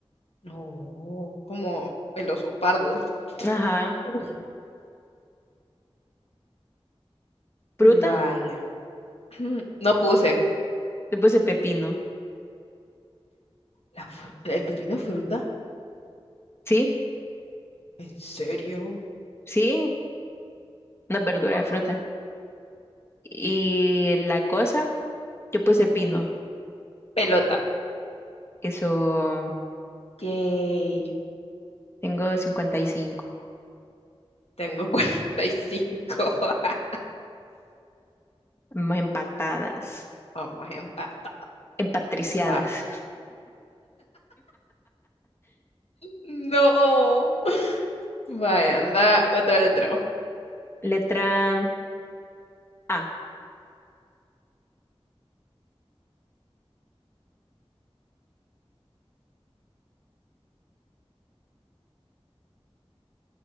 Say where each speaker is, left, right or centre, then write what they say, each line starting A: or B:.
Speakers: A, on the left; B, on the left.
A: No. Como el oso pardo.
B: Ajá.
A: Uy,
B: Fruta,
A: vaya. <clears throat> No puse.
B: yo puse pepino.
A: La fru- ¿El pepino es fruta?
B: ¿Sí?
A: ¿En serio?
B: ¿Sí? Una verdura
A: Wow.
B: de fruta. Y la cosa. Yo puse pino.
A: Pelota.
B: Eso,
A: Yay.
B: tengo cincuenta y cinco
A: Tengo 45. <laughs>
B: Vamos empatadas,
A: Vamos empate.
B: empatriciadas.
A: Vaya. No. Vaya, anda. Otra letra.
B: Letra A.